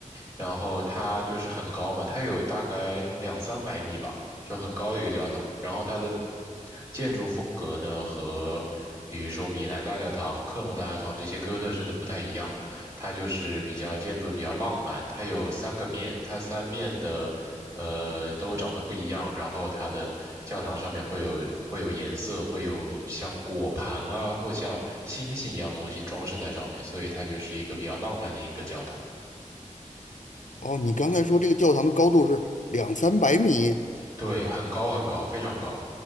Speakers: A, on the right (about 25°); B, on the left (about 70°).
A: 然后它就是很高嘛，它有大概两三百米吧。就很高的一个教堂。然后它的建筑风格呢，和比如说米兰大教堂、科隆大教堂这些哥特式的不太一样，它就是比较建筑比较浪漫。它有三个面，它三面的呃都长得不一样，然后它的教堂上面会有会有颜色，会有像果盘啊或像星星一样的东西装饰在上面，所以它就是一个比较浪漫的一个教堂。
B: 哦，你刚才说这个教堂的高度是两三百米？
A: 对，很高很高，非常高。